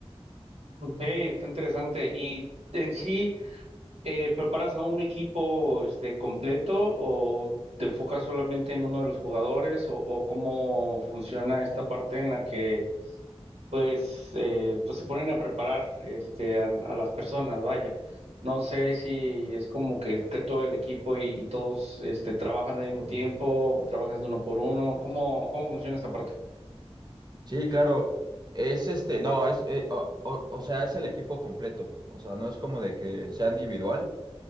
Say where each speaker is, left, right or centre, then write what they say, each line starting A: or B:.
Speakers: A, on the right; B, on the right.
A: Ok, está interesante. Y en sí... Eh, ¿preparas a un equipo este, completo o te enfocas solamente en uno de los jugadores o, o cómo funciona esta parte en la que pues, eh, pues se ponen a preparar este, al- a, las personas, vaya? No sé si es como que esté todo el equipo y, y todos este, trabajan al mismo
B: Sí.
A: tiempo, trabajas de uno por uno, ¿cómo, cómo funciona esta parte?
B: Sí, claro. Es este, no, es, eh, o, o- o sea, es el equipo completo. O sea, no es como de que sea individual,